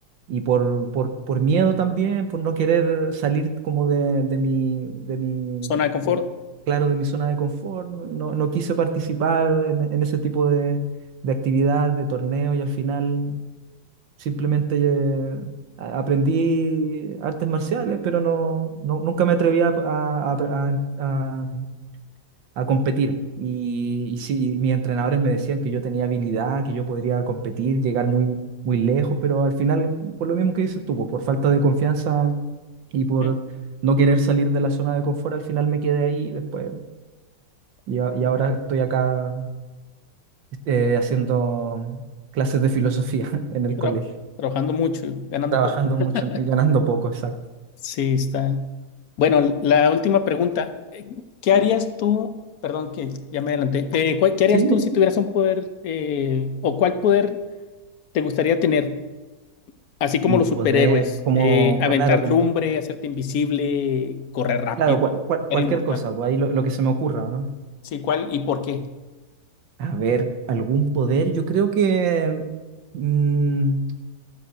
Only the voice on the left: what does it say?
Zona de confort,
sí.
Tra-
trabajando mucho y ganando
poco. <laughs>
Sí, está. Bueno, la última pregunta. Eh, ¿Qué harías tú? Perdón que ya me adelanté. Eh, ¿cuál- ¿qué harías
tú
si tuvieras un poder eh, o cuál poder te gustaría tener? Así como
los
superhéroes,
eh, aventar
lumbre, hacerte invisible, correr rápido,
ser
inmortal.
Sí, ¿cuál y por qué?